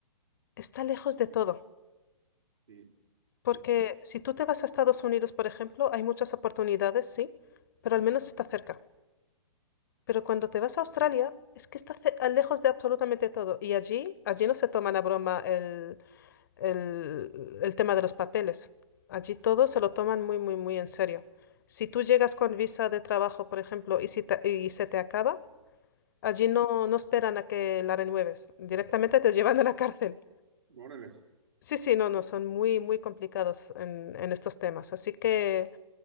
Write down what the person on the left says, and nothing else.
Está lejos de todo,
porque
si tú te vas a Estados Unidos, por ejemplo, hay muchas oportunidades, sí, pero al menos está cerca. Pero cuando te vas a Australia, es que está ce- a- lejos de absolutamente todo. Y allí, allí no se toman a broma el, el, el tema de los papeles. Allí todo se lo toman muy, muy, muy en serio. Si tú llegas con visa de trabajo, por ejemplo, y, si te- y se te acaba, allí no, no esperan a que la renueves. Directamente te <laughs> llevan a la cárcel.
Sí, sí, no, no, son muy, muy complicados en, en estos temas. Así que,